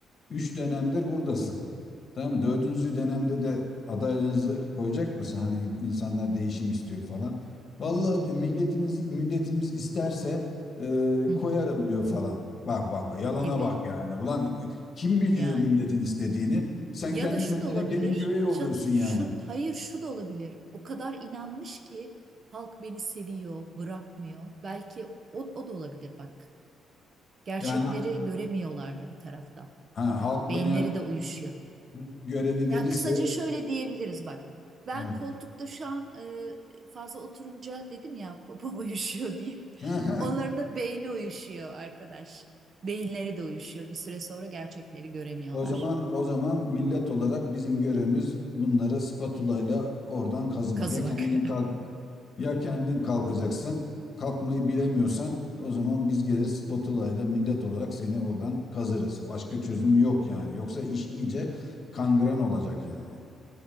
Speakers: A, on the left (about 45°); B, on the right (about 45°).
A: 3 dönemdir buradasın. Tamam mı? Dördüncü dönemde de adaylarınızı koyacak mısın? Hani insanlar değişim istiyor falan. Vallahi
B: Hı hı.
A: diyor milletimiz milletimiz isterse e,
B: Hı hı.
A: koyarım diyor falan. Bak bak bak yalana
B: Gibi
A: bak yani. Ulan kim biliyor
B: yani.
A: milletin istediğini? Sen
B: Ya
A: kendi
B: da şu
A: kendine
B: da olabilir.
A: gelin güvey oluyorsun
B: Şu,
A: yani.
B: şu hayır şu da olabilir. O kadar inanmış ki halk beni seviyor, bırakmıyor. Belki o, o da olabilir bak. Gerçekleri
A: Yani
B: göremiyorlar da bir taraftan.
A: ha, halk bana
B: Beyinleri de uyuşuyor.
A: bu bu görevi verirse
B: Yani kısaca şöyle diyebiliriz bak. Ben
A: evet.
B: koltukta şu an e, fazla oturunca dedim ya popom uyuşuyor <laughs> diye.
A: <laughs>
B: Onların da beyni uyuşuyor arkadaş. Beyinleri de uyuşuyor. Bir süre sonra gerçekleri göremiyorlar.
A: O zaman o zaman millet olarak bizim görevimiz bunları spatula ile oradan kazımak.
B: Kazımak.
A: Ya kendin kaz Ya kendin kalkacaksın. Kalkmayı bilemiyorsan
B: <laughs>
A: o zaman biz gelir spatula ile millet olarak seni oradan kazırız. Başka çözümü yok yani. Yoksa iş iyice kangren olacak yani.